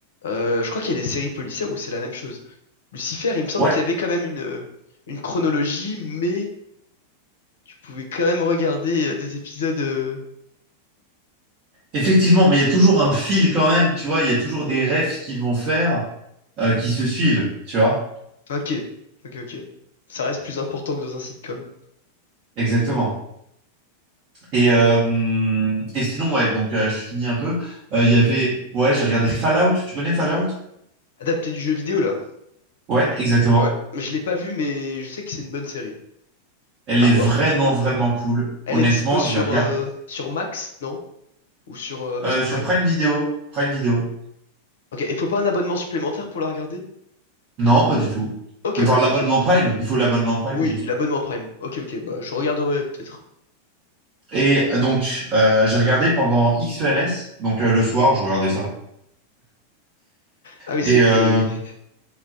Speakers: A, on the left (about 60°); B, on the right (about 35°).
A: euh, je crois qu'il y a des séries policières où c'est la même chose. Lucifer, il me semble
B: Ouais,
A: qu'il y avait quand même une, euh, une chronologie, mais tu pouvais quand même regarder euh, des épisodes. euh,
B: effectivement,
A: d-
B: mais il y a toujours un fil quand même, tu vois. Il y a toujours des refs qui vont faire, euh, qui se suivent, tu vois.
A: Ok, ok, ok. Ça reste plus important que dans un sitcom.
B: Exactement. Et, euh, et sinon, ouais, donc euh, je finis un peu. Euh, Il y avait, ouais, j'ai regardé Fallout. Tu connais Fallout?
A: Adapté du jeu vidéo, là.
B: Ouais, exactement.
A: Ouais, je l'ai pas vu, mais je sais que c'est une bonne série.
B: Elle
A: À
B: est
A: voir.
B: vraiment, vraiment cool.
A: Elle
B: Honnêtement,
A: est dispo sur,
B: je la regarde
A: euh, sur Max, non? Ou sur euh, Amazon
B: euh,
A: Prime?
B: sur Prime Video. Prime Video.
A: Ok, il faut pas un abonnement supplémentaire pour la regarder?
B: Non, pas du tout.
A: Ok,
B: Enfin,
A: bah
B: l'abonnement
A: nickel.
B: Prime, il faut l'abonnement Prime
A: Oui,
B: juste.
A: l'abonnement Prime. Ok, ok, bah je regarderai peut-être.
B: Et donc, euh, j'ai regardé pendant XENS, donc euh, le soir, je regardais ça.
A: Ah oui,
B: Et
A: c'est que
B: euh,
A: t'es...